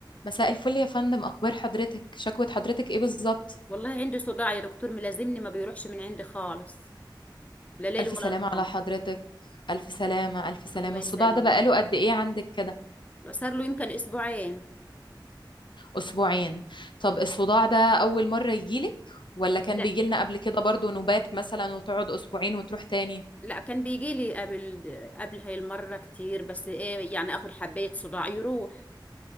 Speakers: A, on the left; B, on the left.
A: مساء الفل يا فندم أخبار حضرتك شكوى حضرتك إيه بالظبط
B: والله عندي صداع يا دكتور ملازمني ما بيروحش من عندي خالص لا ليل
A: ألف
B: ولا
A: سلامة على
B: نهار
A: حضرتك ألف سلامة ألف سلامة
B: الله يسلم
A: الصداع ده بقاله قد إيه عندك كده
B: صار له يمكن اسبوعين
A: أسبوعين طب الصداع ده أول مرة يجيلك ولا كان
B: لا
A: بيجيلنا قبل كده برضو نوبات مثلا وتقعد أسبوعين وتروح تاني
B: لا كان بيجي لي قبل قبل هاي المرة كتير بس ايه يعني اخد حباية صداع يروح